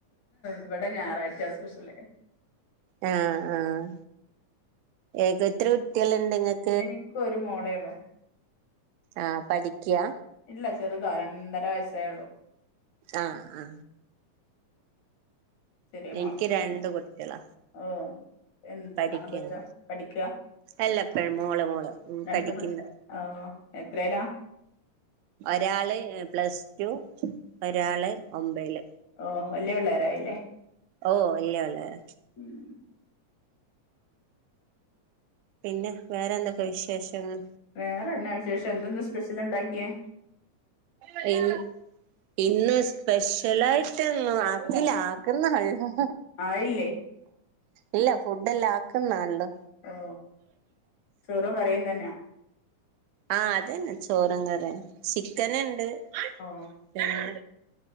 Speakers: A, on the left; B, on the right.
A: ഇവിടെ ഞായറാഴ്ചയ സ്പെഷ്യല്
B: ആഹ് ആഹ് ഏക ഏത്ര കുട്ടികളുണ്ട് നിങ്ങൾക്
A: എനിക്ക് ഒരു മോളെള്ളൂ
B: ആഹ് പഠിക്കാ
A: ഇല്ല ചെറുതോ രണ്ടര വയസ്സേള്ളൂ
B: ആഹ ആഹ
A: ചെറിയ മോള
B: ഇൻക്ക് രണ്ട് കുട്ട്യാള
A: ഓ എന്ത്
B: പഠിക്കണ്
A: ആൺകൊച്ച പഠിക്ക
B: അല്ലപ്പ മോള് മോള് ഉം
A: രണ്ട്
B: പഠിക്കന്ന്
A: പിള്ളേ ഓ എത്രല്ലാ
B: ഒരാള് പ്ലസ് ടു ഒരാള് ഒമ്പല്
A: ഓ വല്ലിയ പിള്ളേരായില്ലേ
B: ഓ വല്യ പിള്ളേരാ
A: ഉം
B: പിന്നെ വേറെ എന്തൊക്കെ വിശേഷങ്ങൾ
A: വേറെെന്നാ വിശേഷം എന്തന്ന് സ്പെഷ്യൽ ഉണ്ടാക്കിയേ
B: പിൻ ഇന്ന് സ്പെഷ്യലായിട്ടന്ന ആക്കില്ല ആക്കുന്നെ ഒള്ളു
A: ആയില്ലേ
B: ഇല്ല ഫുഡ് എല്ലാം ആക്കുന്നെള്ളു
A: ഓ ചോറും കറിയുന്ന തന്നെയാ
B: ആഹ് അതന്നെ ചോറും കറിയും സിക്കൻ ഉണ്ട്
A: ഓ
B: പിന്നെ